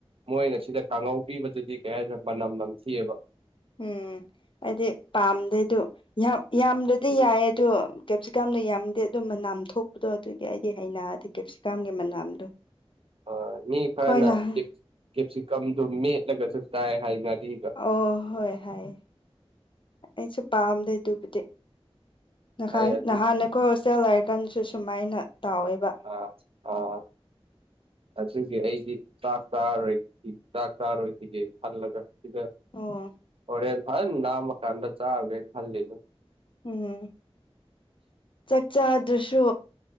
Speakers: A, on the right (about 65°); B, on the left (about 55°).
A: ꯃꯣꯏꯅ ꯁꯤꯗ ꯀꯥꯡꯉꯧ ꯄꯤꯕꯗꯨꯗꯤ ꯀꯩ ꯍꯥꯏ ꯃꯅꯝ ꯅꯝꯊꯑꯕ
B: ꯎꯝ ꯍꯥꯏꯗꯤ ꯄꯥꯝꯗꯦꯗ ꯌꯥꯝ ꯌꯥꯝꯗꯗꯤ
A: ꯎꯝ
B: ꯌꯥꯏ ꯑꯗꯣ ꯀꯦꯞꯁꯤ ꯀꯥꯝꯅ ꯌꯥꯝꯗꯦ ꯑꯗꯨꯝꯕ ꯅꯥꯝ ꯊꯣꯛꯄꯗꯣ ꯑꯗꯨꯒꯤ ꯑꯩꯗꯤ ꯍꯩꯅꯗ ꯀꯦꯞꯁꯤꯀꯥꯝꯒꯤ ꯃꯅꯥꯝꯗꯣ ꯑꯩꯣꯏ
A: ꯎꯝ ꯃꯤ ꯈꯔꯅ
B: ꯅꯍ
A: ꯀꯦꯞꯁꯤꯀꯝꯗꯨ ꯃꯦꯠꯂꯒꯁꯨ ꯆꯥꯏ ꯍꯥꯏꯅꯔꯤ
B: ꯑꯣ ꯍꯣꯏ ꯍ ꯑꯩꯁꯨ ꯄꯥꯝꯗꯦ ꯑꯗꯨꯕꯨꯗꯤ ꯅꯍꯥꯟ
A: ꯑꯩ ꯑꯗꯨꯒꯤ
B: ꯅꯍꯥꯟꯅ ꯑꯩꯈꯣꯏ ꯍꯣꯁꯇꯦꯜ ꯍꯥꯏꯔꯤꯀꯥꯟꯁꯨ ꯁꯨꯃꯥꯏꯅ ꯇꯥꯎꯋꯦꯕ
A: ꯑ ꯑ ꯑꯗꯨꯒꯤ ꯑꯩꯗꯤ ꯆꯥꯛ ꯆꯥꯔꯔꯣꯏ ꯆꯥꯛ ꯆꯥꯔꯣꯏꯈꯤꯒꯦ ꯈꯜꯂꯒ ꯁꯤꯗ
B: ꯑꯣ
A: ꯍꯣꯔꯦꯟ ꯐꯅ ꯅꯥꯝꯃ ꯀꯥꯟꯗ ꯆꯥꯒꯦꯅ ꯈꯜꯂꯤꯅ
B: ꯎꯝ ꯆꯥꯛꯆꯥꯥꯗꯨꯁꯨ